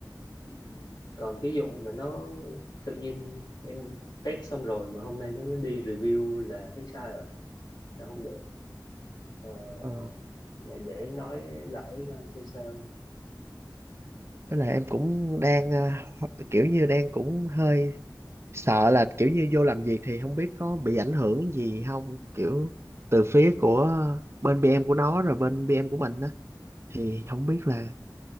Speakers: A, on the left; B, on the right.
A: Ừm, còn cái vụ mà nó tự nhiên em test xong rồi mà hôm nay nó mới đi review là thấy sai rồi là không được Ờ,
B: Ờ.
A: này để nói lại với anh xem sao
B: Với lại em cũng đang ờ, kiểu như đang cũng hơi sợ là kiểu như vô làm việc thì không biết có bị ảnh hưởng gì không kiểu từ phía của bên BM của nó rồi bên BM của mình á thì không biết là